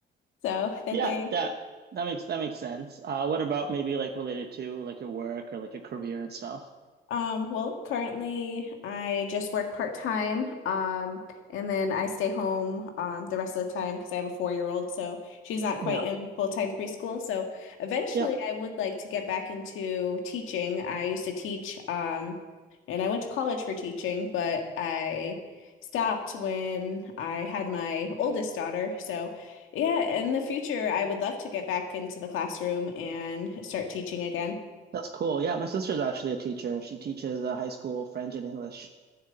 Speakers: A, on the left; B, on the right.
A: So that
B: yeah,
A: they
B: that that makes that makes sense. Uh, what about maybe like related to like your work or like your career and stuff?
A: Um, well, currently I just work part-time, um, and then I stay home um, the rest of the time because I have a four-year-old, so she's not quite
B: Yeah,
A: in full-time preschool. So eventually
B: yep,
A: I would like to get back into teaching. I used to teach, um, and I went to college for teaching, but I stopped when I had my oldest daughter. So yeah, in the future I would love to get back into the classroom and start teaching again.
B: that's cool. Yeah, my sister's actually a teacher. She teaches uh, high school French and English.